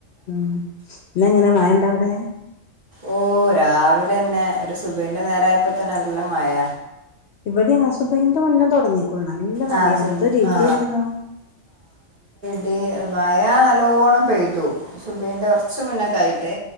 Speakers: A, on the left; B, on the right.
A: ഉ പിന്ന് എങ്ങനെ മഴണ്ടവിടെ
B: ഓ രാവിലെന്നെ സുബഹിന്റെ നേരയപ്പോ തന്നെ നല്ല മായ
A: ഇവിടെ ആസുബൈന്റെ മുന്നേ തുടങ്ങിക്ക്ണ് നല്ല മയ
B: ആ സു
A: എന്തൊരു ഇടി
B: ആ
A: ആയിരുന്നു
B: ബി മഴ നല്ലോണം പെയ്തു സുബൈൻ്റെ കുറച്ച് മുന്നൊക്കെയിട്ട്